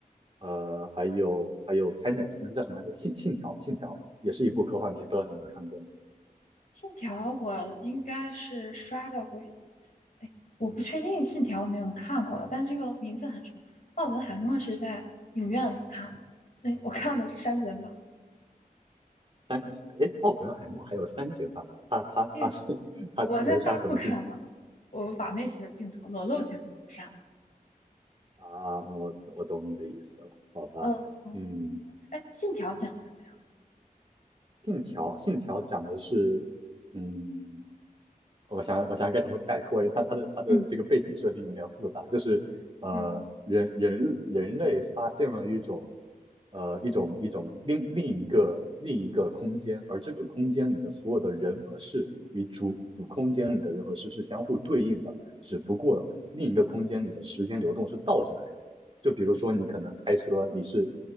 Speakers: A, on the right; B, on the left.
A: 呃，还有还有 Tenet，那个叫什么来着？信信条，信条也是一部科幻片，不知道你有没有看过呢？
B: 信条我应该是刷到过，哎，我不确定信条有没有看过了，但这个名字很熟。奥本海默是在影院里看的，那我看的是删减版，
A: 三，哎，奥本海默还有删减版吗？他他他是
B: 因为
A: <laughs> 他他能删什么镜头
B: 我在大陆看的，我把那些镜头裸露镜头删了。
A: 啊？嗯我我懂你的意思了，好吧？
B: 嗯嗯，
A: 嗯，
B: 哎，信条讲什么呀？
A: 信条信条讲的是，嗯。我想我想该怎么概括，因为它它的它的这个背景设定有点复杂，
B: 嗯
A: 就是呃人人人类发现了一种
B: 嗯，
A: 呃一种一种另另一个另一个空间，而这个空间里的所有的人和事与主主空间里的人和事是相互对应的，只不过另一个空间里的时间流动是倒着来的。就比如说你可能开车，你是